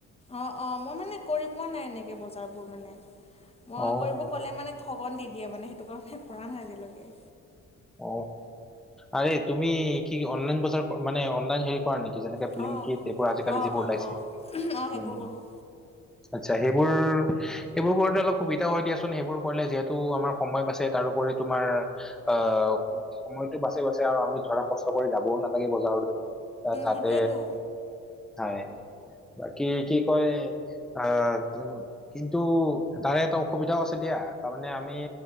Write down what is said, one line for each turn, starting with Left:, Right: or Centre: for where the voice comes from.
Left: অ অ মই মানে কৰি পোৱা নাই এনেকে বজাৰবোৰ মানে মই
Centre: অ',
Left: কৰিব ক'লে মানে ঠগন দি দিয়ে মানে সেইটো কাৰণে কৰা নাই আজিলৈকে
Centre: অ আৰে তুমি কি অনলাইন বজাৰ মানে অনলাইন হেৰি কৰা নেকি যেনে ব্লিংকিত
Left: অঁ
Centre: এইবোৰ আজিকালি
Left: অঁ
Centre: যিবোৰ
Left: অঁ
Centre: ওলাইছে
Left: অঁ অঁ সেইবোৰ
Centre: উম
Left: কৰোঁ
Centre: আচ্ছা সেইবোৰ সেইবোৰ কৰোতে অলপ সুবিধা হয় দিয়াচোন সেইবোৰ কৰিলে যিহেতু আমাৰ সময় বাছে তাৰওপৰি তোমাৰ আহ সময়টো বাছে বাছেই আৰু আমি ধৰা কষ্ট কৰি যাবও নালাগে বজাৰলৈ তই তাতে
Left: সেইটোৱেতো।
Centre: হয় বাকী কি কয় আহ কিন্তু তাৰে এটা অসুবিধাও আছে দিয়া তাৰমানে আমি